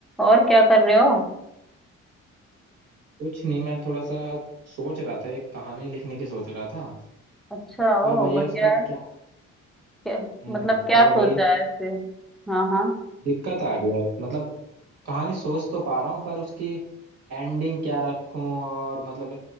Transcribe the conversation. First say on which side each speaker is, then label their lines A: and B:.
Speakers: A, in the centre; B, on the right (about 55°).
A: और क्या कर रहे हो
B: कुछ नहीं मैं थोड़ा सा सोच रहा था एक कहानी लिखने की सोच रहा था
A: अच्छा
B: पर
A: ओ
B: वही
A: बढ़िया
B: उसका
A: है
B: क्या
A: क्या,
B: हम्म
A: मतलब क्या
B: पर
A: सोचा
B: वही
A: है ऐसे हाँ हाँ
B: दिक्कत आ गया है मतलब कहानी सोच तो पा रहा हूँ पर उसकी एंडिंग क्या रखूं और मतलब